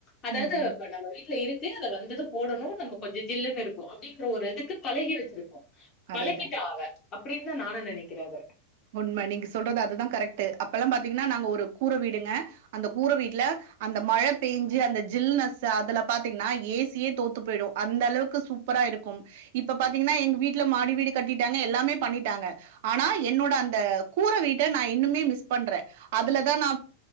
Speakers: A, on the left; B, on the right.
A: அதாவ்து
B: ம் ம்
A: இப்ப நம்ம வீட்ல இருக் க்கு அத வந் தது போடணு நம்ப கொஞ்ச ஜில்லுனு இரு அப்படின்ற ஒரு இதுக்கு பழகி வச்சிரு
B: அதேதா
A: பழகிட்டா அவ அப்டின்னு தான் நான் நினை நெனக்கிறவ
B: உண்ம நீங்க சொல்றது அதுதான் கரெக்ட் அப்ப எல்லாம் பாத்தீங்கன்னா நாங்க ஒரு கூர வீடுங்க அந்த கூர வீட்ல அந்த மழ பெஞ்சு அந்த ஜில்னஸ் அதுல பாத்தீங்கன்னா ஏசியே தோத்து போயிடும் அந்த அளவுக்கு சூப்பரா இருக்கும் இப்ப பாத்தீங்கன்னா எங்க வீட்ல மாடி வீடு கட்டிட்டாங்க எல்லாமே பண்ணிட்டாங்க ஆனா என்னோட அந்த கூர வீட்ட நான் இன்னுமே மிஸ் பண்றேன் அதுலதான் நா